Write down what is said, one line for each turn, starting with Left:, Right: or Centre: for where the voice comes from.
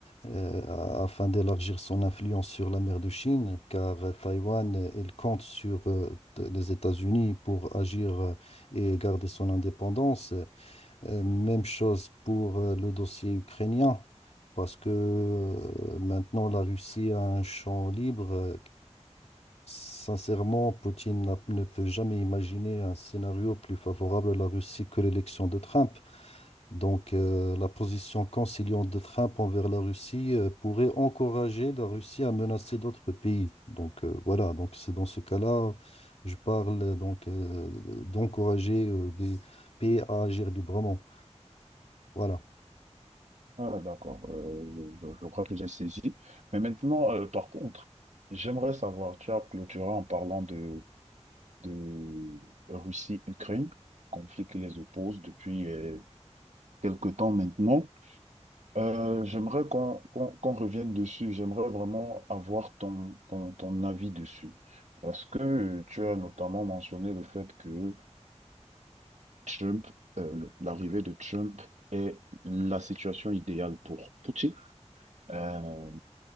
Left: euh, afin d'élargir son influence sur la mer de Chine, car euh, Taïwan, euh, elle compte sur euh, t- les États-Unis pour agir euh, et garder son indépendance. Euh, même chose pour euh, le dossier ukrainien, parce que euh, maintenant la Russie a un champ libre. Euh, Sincèrement, Poutine n'a- ne peut jamais imaginer un scénario plus favorable à la Russie que l'élection de Trump. Donc, euh, la position conciliante de Trump envers la Russie euh, pourrait encourager la Russie à menacer d'autres pays. Donc, euh, voilà, donc c'est dans ce cas-là, je parle euh, donc euh, d'encourager euh, des pays à agir librement. Voilà.
Right: Ah, d'accord. Euh, je, je crois que j'ai saisi. Mais maintenant, euh, par contre, j'aimerais savoir, tu as clôturé en parlant de, de Russie-Ukraine, conflit qui les oppose depuis euh, quelque temps maintenant. Euh, j'aimerais qu'on qu'on, qu'on revienne dessus. J'aimerais vraiment avoir ton, ton, ton avis dessus. Parce que euh, tu as notamment mentionné le fait que Trump, euh, l'arrivée de Trump est la situation idéale pour Poutine. Euh,